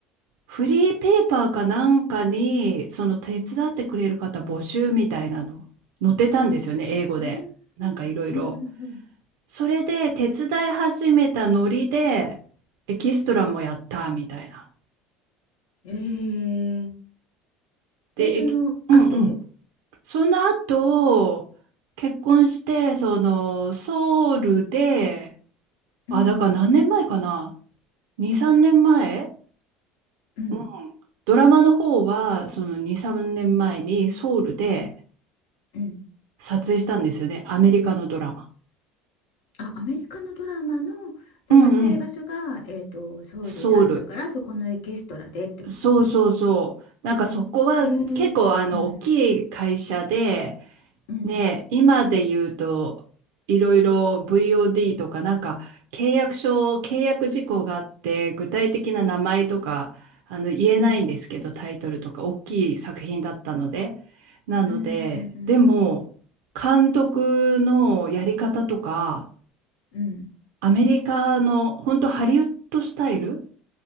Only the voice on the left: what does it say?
うん
うんうん
うんえー、
で、その後
うん
うん
うん。
あ、アメリカのドラマの、じゃあ撮影場所が、
えっと、ソウルであったから、
そこのエキストラでってことか。
えー、うんうん
うんうん
うんうんうんうん。
うん。